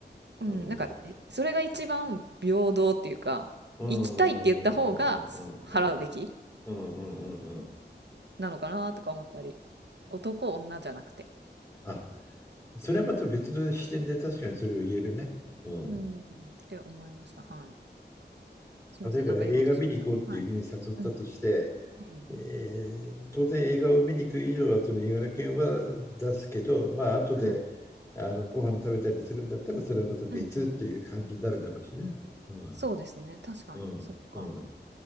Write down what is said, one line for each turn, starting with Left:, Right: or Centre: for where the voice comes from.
Right: うん、
Left: うん、
Right: なんか、
Left: うん、
Right: え、それが一番平等っていうか、
Left: うん、
Right: 行きたいって言った方がす払うべき
Left: うん、うん、うん、うん、うん、うん。うん
Right: なのかなとか思ったり、男女じゃなくて。
Left: あ、それはまた別の視点で確かにそれを言えるね。うん。
Right: うん、って思いました。はい。すいません、
Left: 例えば映画見に行こうっていうふうに誘ったとして、
Right: なんか言おうとしました。はい。うん、うん、
Left: えー当然映画を見に行く以上はその映画の件は出すけど、まあ後で
Right: はい。
Left: あのご飯食べたりするんだったらそれはまた別っていう感じになるだろうしね。
Right: うんうん。
Left: うん
Right: そうですね、確かに。
Left: うんうん
Right: そっか。